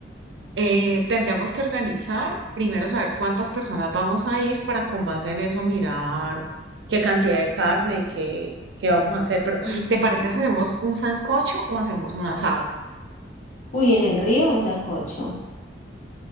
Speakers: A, on the right; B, on the left.
A: eh, tendríamos que organizar, primero saber cuántas personas vamos a ir para con base en eso mirar qué cantidad de carne y qué, qué vamos a hacer. Pero,
B: Ujú.
A: ¿te parece si hacemos un sancocho o hacemos un asado?
B: Uy, en el río un sancocho.